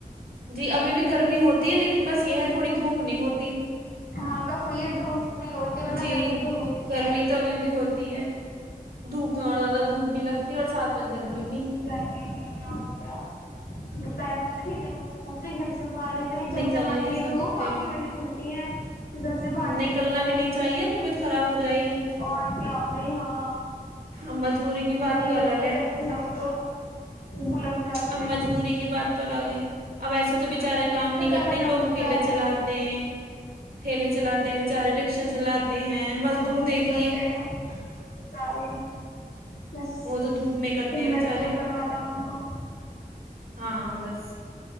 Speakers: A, on the right; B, on the left.
A: جی ابھی بھی گرمی ہوتی ہے لیکن بس یہ تو تھوڑی دھوپ نہیں ہوتی
B: ہاں بس وہی دھوپ نہیں ہوتی ورنہ
A: جی
B: گرمی تو ہوتی
A: گرمی
B: ہے
A: تو ابھی بھی ہوتی دھوپ میں اور زیادہ دھوپ بھی لگتی ہے اور ساتھ میں گرمی
B: <unintelligible>
A: بھی
B: دوپہر میں تو نکلنے مے زیادہ دککت ہوتی ہے باہر اتنی چمچماتی
A: نکل ہی نہیں سکتے
B: دھوپ آنکھیں بھی نہیں کھلتی ہے گھر سے باہر نکلو
A: نکلنا
B: تو
A: بھی نہیں چاہیے طبیعت خراب ہو جائے گی
B: اور کیا بھائی ہاں
A: <unintelligible> مجبوری
B: <unintelligible>
A: کی بات تو الگ ہے اب
B: ہاں
A: مجبوری کی بات تو الگ ہے اب ایسے تو بچارے
B: مجبوری
A: کام
B: میں
A: نہیں
B: کیا
A: کرتے
B: کرنا
A: لوگ
B: پڑتا
A: ٹھیلے
B: ہے
A: چلاتے ہیں ٹھیلے چلاتے ہیں بچارے رکشا چلاتے ہیں مزدور
B: ب
A: دیکھیے
B: سے کرتے ہیں سارے بس
A: وہ تو دھوپ میں کرتے
B: تن
A: ہیں بےچارے
B: بچ دے اوپروانا ان کو
A: ہاں ہ بس